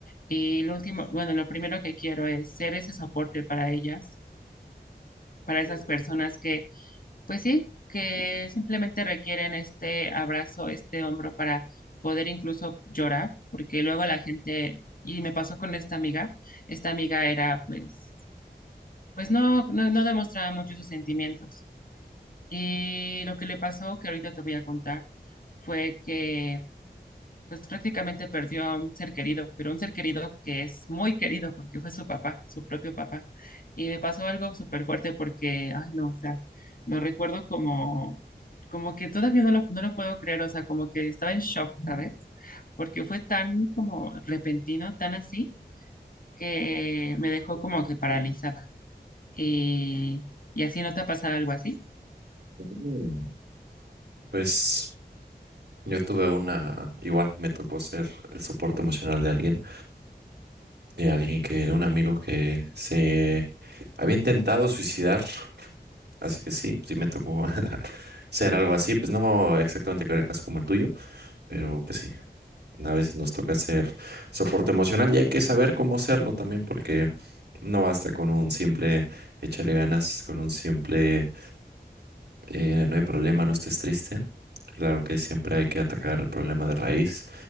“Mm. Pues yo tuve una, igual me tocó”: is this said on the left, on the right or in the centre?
Right